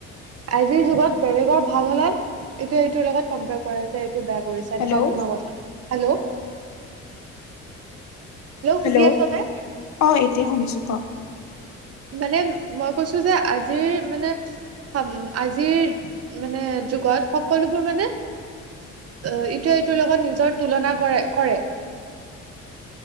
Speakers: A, on the right; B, on the left.
A: আজিৰ যুগত বেলেগৰ ভাল হ'লে এইটোএ এইটোৰ লগত কম্পয়াৰ কৰে যে এইটো বেয়া কৰিছা
B: হেল্ল'
A: এনেকুৱা ধৰণৰ কথা। হেল্ল'।
B: হেল্ল'।
A: শুনি আছ নে
B: অ', এতিয়া শুনিছো ক'।
A: মানে মই কৈছোঁ যে আজিৰ মানে সম আজিৰ মানে যুগত সকলোবোৰ মানে অ ইটোৱে ইটোৰ লগত নিজৰ তুলনা কৰে, কৰে।